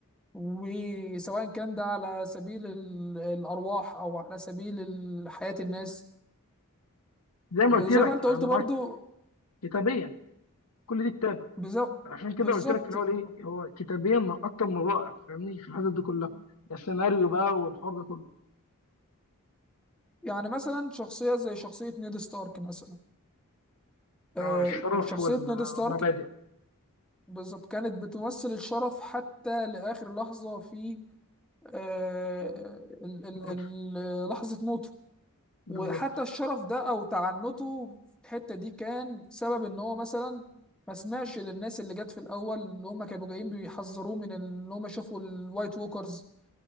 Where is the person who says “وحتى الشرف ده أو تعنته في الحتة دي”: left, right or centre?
Centre